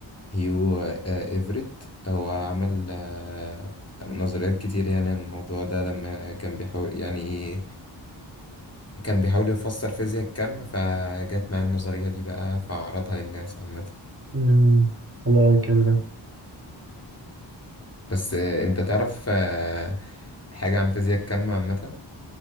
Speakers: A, on the left; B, on the right.
A: هيو آه، إيفريت هو عمل آه، نظريات كتير يعني عن الموضوع ده لما كان بيحاول يعني كان بيحاول يفسر فيزياء الكم فجت معاه النظرية دي بقى فعرضها للناس عامة
B: امم حلو أوي الكلام ده
A: بس آه، انت تعرف آه، حاجة عن فيزياء الكم عامة؟